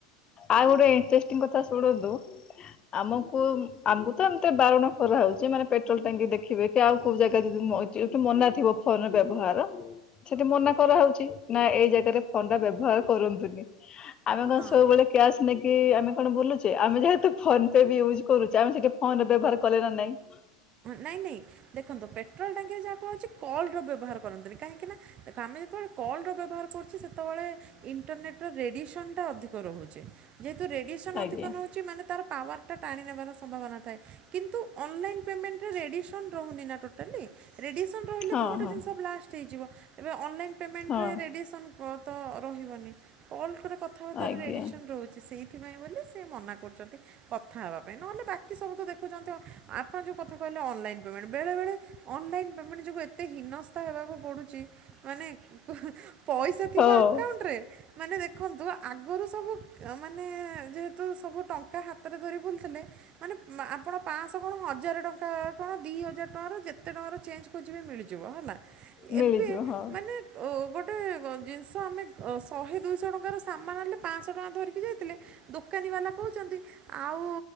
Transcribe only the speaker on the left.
ଆଉ ଗୋଟେ ଇଣ୍ଟରେଷ୍ଟିଙ୍ଗ କଥା ଶୁଣନ୍ତୁ। ଆମକୁ ଆମକୁ ତ ଏମତି ବାରଣ କରାହଉଛି ମାନେ ପେଟ୍ରୋଲ ଟାଙ୍କି ଦେଖ୍ ଖିବେ କି ଆଉ କୋଉ ଜାଗା ଯଦି ମ ଜ ମନା ଥିବ ଫୋନର ବ୍ୟବହାର ସେଠି ମନା କରାହେଉଛି ନା ଏଇ ଜାଗାରେ ଫୋନ୍ ଟା ବ୍ୟବହାର କରନ୍ତୁନି। ଆମେ କଣ
ସବୁବେଳେ କ୍ୟାସ୍ ନେଇକି ଆମେ କଣ ବୁଲୁଚେ ଆମେ ଯେହେତୁ ଫୋନ ପେ ବି ୟୁଜ୍ କରୁଛେ। ଆମେ ସେଠି ଫୋନରେ ବ୍ୟବହାର କଲେ ନା ନାଇଁ।
ଆଜ୍ଞା
ହଁ
ହଁ
ହଁ
ଆଜ୍ଞା
ହଉ
ମିଳିଯିବ
ହଁ